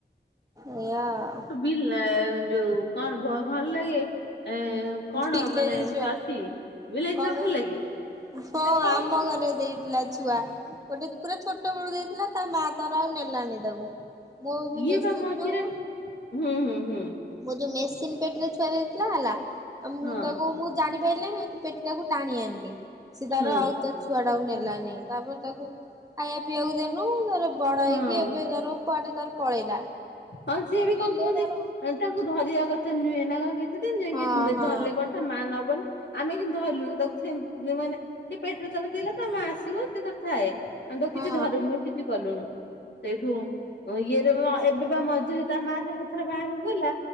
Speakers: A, on the right; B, on the left.
A: ଏୟା ଆଉ।
B: ବିଲା ଯୋଉ କଣ ଭ ଭଲ ଲାଗେ? ଏ କଣ
A: ବିଲେଇ
B: ମାନେ ଏମିତି
A: ଛୁଆ
B: ଅଛି ବିଲେଇ
A: କଣ
B: ଛୁଆ
A: କହିଲୁ
B: ଭଲ ଲାଗେ?
A: ହଁ
B: ମାନେ କଣ
A: ଆମ
B: ଏମିତି
A: ଘରେ ଦେଇଥିଲା ଛୁଆ। ଗୋଟେ ପୁରା ଛୋଟ ବେଳୁ ଦେଇଥିଲା ତା ମା ତାର ଆଉ ନେଲାନି ତାକୁ। ମୋଉ ଯୋଉ
B: ଇଏ
A: ମେସିନ୍
B: ବା ମଝିରେ
A: ଯୋଉ
B: ହୁଁ ହୁଁ ହୁଁ
A: ମୋ ଯୋଉ ମେସିନ୍ ପେଟିରେ ଛୁଆ ହେଇଥିଲା ହେଲା ଆଉ ମୁଁ
B: ହଁ
A: ତାକୁ ମୁଁ ଜାଣି ପାରିନେଇଁ ଉଁ ପେଟି ଟାକୁ ଟାଣି ଆଣିଲି ସିଏ ତାର
B: ହଁ
A: ଆଉ ତାର ଛୁ ଛୁଆ ଟାକୁ ନେଲାନି ତାପରେ ତାକୁ ଖାଇବା ପିଇବାକୁ ଦେନୁ ତାର ବଡ
B: ହଁ
A: ହେଇକି ଏବେ ତାର କୁଆଡେ ତାର ପଳେଇଲା।
B: ହଁ ସିଏ ବି
A: ରିଲେ
B: କଣ କୁହନ୍ତି
A: ତାର
B: ତାଙ୍କୁ ଧରିବା କଥା ନୁହେଁ ତାଙ୍କ ଗେ ଦିଦିନ୍ ଯାକେ
A: ହଁ ହଁ
B: ଧରିଲେ କୁଆଡେ ତା ମା ନବନି। ଆମେ କିନ୍ତୁ ଧଇଲୁନି ତାକୁ ସେମ୍ ଏ ମାନେ ସେ ପେଟିରେ ତାର ଥିଲା ତା ମା ଆସିବ ସିଏ ତାର ଥାଏ ଆମେ ତାକୁ
A: ହଁ
B: କିଛି ଧରୁନୁ କିଛି କଲୁନୁ ସେଇଠୁ ଇଏରେ ଅ ଏବେ ମଝିରେ ତା ମା ସେମିତି ଉପରେ ବାହାରକୁ ଗଲା